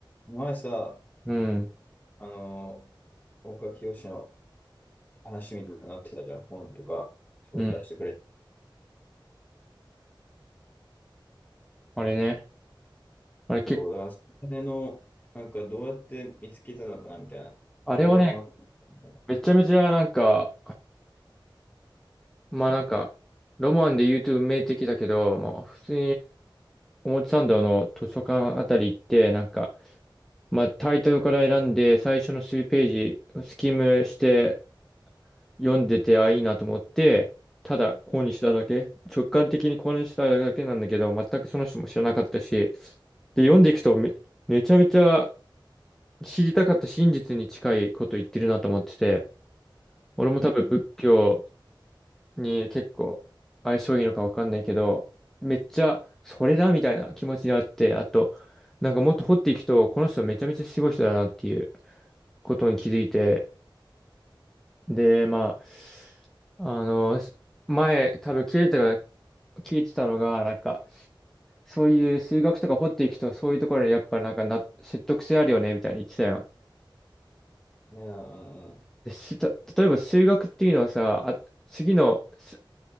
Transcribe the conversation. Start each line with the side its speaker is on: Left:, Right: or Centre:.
Left: 前さ、
Centre: うん、
Left: あのー岡清の話みたいになってたじゃん、本とか紹介してくれて。
Centre: うん。あれね。あれ結構、
Left: そう、だから、それの、なんかどうやって見つけたのかなみたいな。
Centre: あれはね、
Left: どうやってハマったのかみたいな。
Centre: めちゃめちゃなんか、まあなんか、ロマンで言うと運命的だけど、まあ普通に表参道の図書館あたり行って、なんか、まあタイトルから選んで、最初の数ページ、スキムして読んでて、あ、いいなと思って、ただ購入しただけ、直感的に購入しただけなんだけど、全くその人も知らなかったし、で、読んでいくとめ、めちゃめちゃ知りたかった真実に近いこと言ってるなと思ってて、俺も多分仏教
Left: うん、うん。
Centre: に結構相性いいのかわかんないけど、めっちゃそれだみたいな気持ちになって、あと、なんかもっと掘っていくと、この人めちゃめちゃすごい人だなっていうことに気づいて、で、まあ、あの、す前多分聞いてたが、聞いてたのが、なんか、そういう数学とか掘っていくと、そういうところにやっぱなんかな、説得性あるよね、みたいに言ってたやん。
Left: いや、うん
Centre: で、した、例えば数学っていうのはさ、あ、次の、す